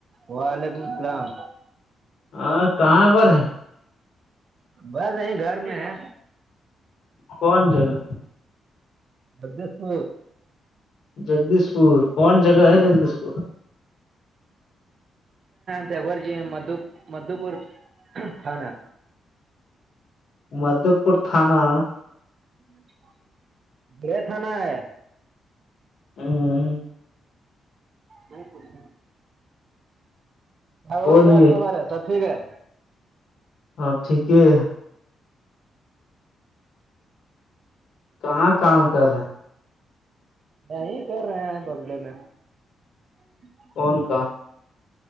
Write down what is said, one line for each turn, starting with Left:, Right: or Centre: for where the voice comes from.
Right: وعلیکم السلام
Left: ہاں کہاں پر ہے
Right: بس یہیں گھر میں ہے
Left: کون جگہ
Right: بدسو
Left: جگدیش پور کون جگہ ہے جگدیش پور
Right: دگور جی مد مدو پور تھانا
Left: مد پور تھانا
Right: <unintelligible> بڑے تھانا ہے
Left: ہوں
Right: میں پوچ اور
Left: بولیے
Right: کیا خبر ہے سب ٹھیک ہے
Left: ہاں ٹھیک ہے کہاں کام کر رہے
Right: یہ کر رہے ہیں بگلے میں جیک س
Left: ان کا